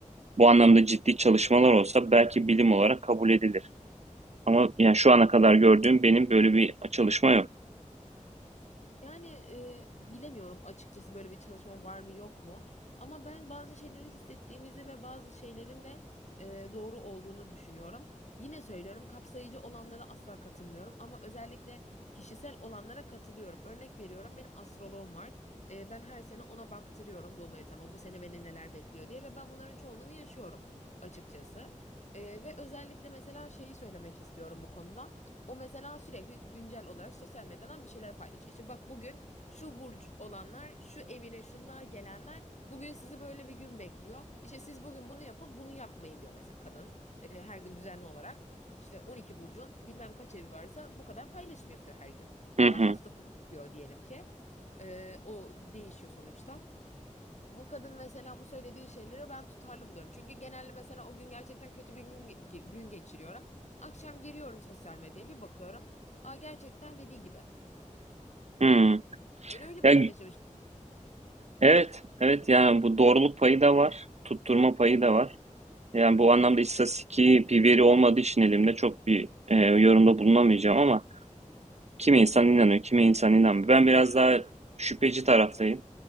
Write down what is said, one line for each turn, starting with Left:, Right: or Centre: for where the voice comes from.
Right: bu anlamda ciddi çalışmalar olsa belki bilim olarak kabul edilir. Ama yani şu ana kadar gördüğüm benim böyle bir çalışma yok.
Left: Yani e, bilemiyorum açıkçası böyle bir çalışma var mı yok mu. Ama ben bazı şeyleri hissettiğimizi ve bazı şeylerin de e, doğru olduğunu düşünüyorum. Yine söylüyorum kapsayıcı olanlara asla katılmıyorum ama özellikle kişisel olanlara katılıyorum. Örnek veriyorum benim astroloğum var. E, ben her sene ona baktırıyorum doğum haritama bu sene beni neler bekliyor diye ve ben bunların çoğunluğunu yaşıyorum açıkçası. E, ve özellikle mesela şeyi söylemek istiyorum bu konuda. O mesela sürekli güncel olarak sosyal medyadan bir şeyler paylaşıyor. İşte bak bugün şu burç olanlar, şu evine şunlar gelenler bugün sizi böyle bir gün bekliyor. İşte siz bugün bunu yapın, bunu yapmayın diyor mesela kadın. Ee, her gün düzenli olarak işte 12 burcun bilmem kaç evi varsa bu kadar paylaşım yapıyor her gün. Ya
Right: Hı hı.
Left: da haftalık yapıyor diyelim ki. Ee, o değişiyor sonuçta. Bu kadın mesela bu söylediği şeyleri ben tutarlı buluyorum. Çünkü genelde mesela o gün gerçekten kötü bir gün, ge- gün geçiriyorum. Akşam giriyorum sosyal medyaya bir bakıyorum. Aa gerçekten dediği gibi.
Right: Hı.
Left: Bugün öyle
Right: Ya,
Left: bir gün yaşamış.
Right: evet, evet yani bu doğruluk payı da var, tutturma payı da var. Yani bu anlamda istatistiki bir veri olmadığı için elimde çok bir e, yorumda bulunamayacağım ama kimi insan inanıyor, kimi insan inanmıyor. Ben biraz daha şüpheci taraftayım.